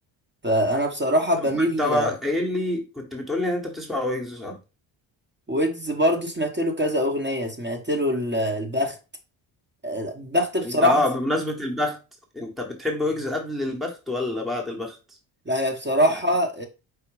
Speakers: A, on the right; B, in the centre.
A: فانا بصراحة
B: طب
A: بميل
B: ما انت بقى قايل لي كنت بتقول لي ان انت بتسمع ويجز صح؟
A: ويجز برضو سمعت له كذا اغنية سمعت له ال- البخت البخت بصراحة
B: انت اه بمناسبة البخت انت بتحب ويجز قبل البخت ولا بعد البخت؟
A: لا هي بصراحة
B: يعني